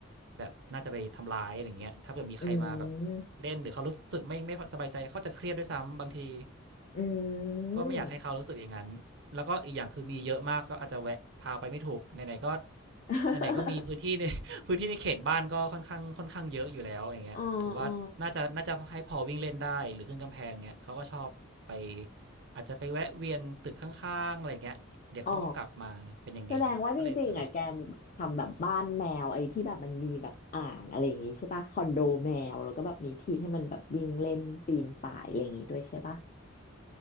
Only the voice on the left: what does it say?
อืม
อืม
<laughs>
อ๋ออ๋อ
อ๋อแสดงว่าจริงๆอ่ะแกทำแบบบ้านแมวไอ้ที่แบบมันมีแบบอ่างอะไรอย่างงี้ใช่ปะคอนโดแมวแล้วก็แบบมีที่ให้มันแบบวิ่งเล่นปีนป่ายอะไรอย่างงี้ด้วยใช่ปะ